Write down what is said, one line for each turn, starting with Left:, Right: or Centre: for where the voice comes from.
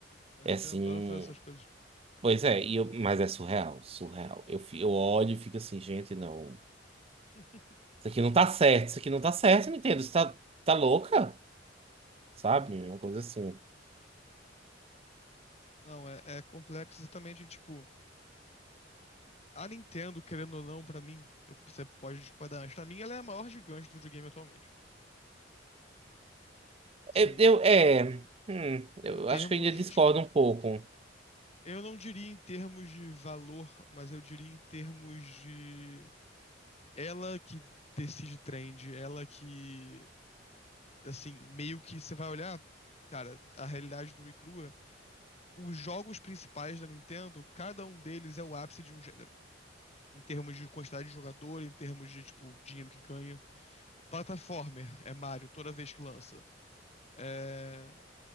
Left: A Nintendo
Right: É assim.
Left: adora fazer essas coisas.
Right: Pois é, e eu- mas é surreal, surreal. Eu, fi- eu olho e fico assim, gente, não.
Left: <laughs>
Right: Isso aqui não tá certo, isso aqui não tá certo, Nintendo. Você tá, tá louca? Sabe?
Left: Sim.
Right: Uma coisa assim.
Left: Não, é, é complexo exatamente, tipo. A Nintendo, querendo ou não, pra mim, eu- você pode discordar, mas pra mim ela é a maior gigante do videogame atualmente. Sim,
Right: Eu, eu- é. hum, eu
Left: em termos
Right: acho que eu ainda
Left: de,
Right: discordo
Left: tipo,
Right: um pouco.
Left: eu não diria em termos de valor, mas eu diria em termos de ela que decide trend, ela que, assim, meio que você vai olhar, cara, a realidade nua e crua, os jogos principais da Nintendo, cada um deles é o ápice de um gênero. Em termos de quantidade de jogador, em termos de, tipo, dinheiro que ganha. Plataformer é Mario toda vez que lança. É,